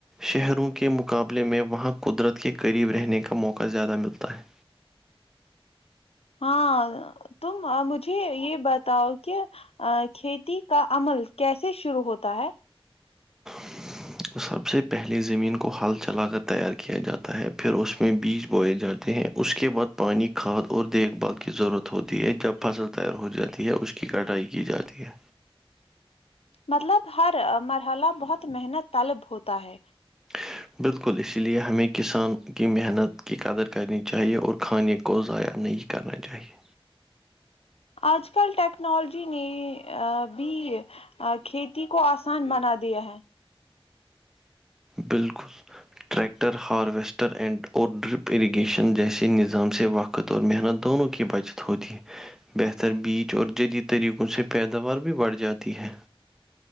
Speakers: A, in the centre; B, on the left (about 85°).
A: شہروں کے مقابلے میں وہاں قدرت کے قریب رہنے کا موقع زیادہ ملتا ہے
B: ہاں تم مجھے یہ بتاؤ کہ کھیتی کا عمل کیسے شروع ہوتا ہے
A: <inaudible> سب سے پہلے زمین کو ہل چلا کر تیار کیا جاتا ہے پھر اس میں بیج بوئے جاتے ہیں اس کے بعد پانی کھاد اور دیکھ بھال کی ضرورت ہوتی ہے جب فصل تیار ہو جاتی ہے اس کی کٹائی کی جاتی ہے
B: مطلب ہر مرحلہ بہت محنت طلب ہوتا ہے
A: <inaudible> بالکل اسی لیے ہمیں کسان کی محنت کی قدر کرنی چاہیے اور کھانے کو ضائع نہیں کرنا چاہیے
B: اج کل ٹیکنالوجی نے بھی کھیتی کو آسان بنا دیا ہے
A: بالکل ٹریکٹر ہارویسٹر اینڈ اور ڈرپ اریگیشن جیسے نظام سے وقت قطور محنت دونوں کی بچت ہوتی ہے بہتر بیچ اور جدید طریقوں سے پیداوار بھی بڑھ جاتی ہے